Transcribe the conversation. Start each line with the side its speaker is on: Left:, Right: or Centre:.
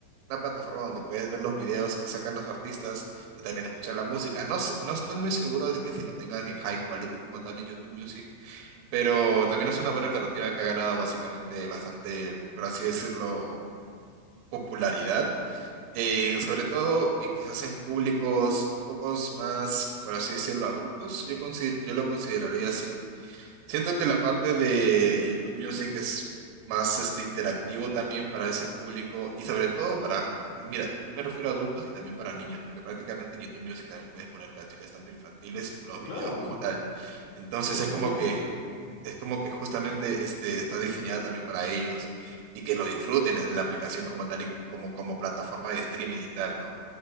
Right: una plataforma donde puedes ver los videos que sacan los artistas y también escuchar la música. No, sé- no estoy muy seguro de que si lo tengan en high quality como tal en YouTube Music, pero también es una buena alternativa que ha ganado básicamente bastante, por así decirlo, popularidad eh, sobre todo, eh, quizás en públicos un poco más, por así decirlo, adultos, yo, consi- yo lo consideraría así. Siento que la parte de YouTube Music es más este, interactivo también para ese público y sobre todo para, mira, yo me refiero a adultos y también para niños, porque prácticamente en YouTube Music también puedes poner canciones tanto infantiles y los videos
Left: Claro,
Right: como tal. Entonces
Left: justamente
Right: es como que
Left: eso,
Right: es como que justamente este, está diseñada también para ellos y que lo disfruten es la aplicación como tal y como, como plataforma de streaming y tal, ¿no?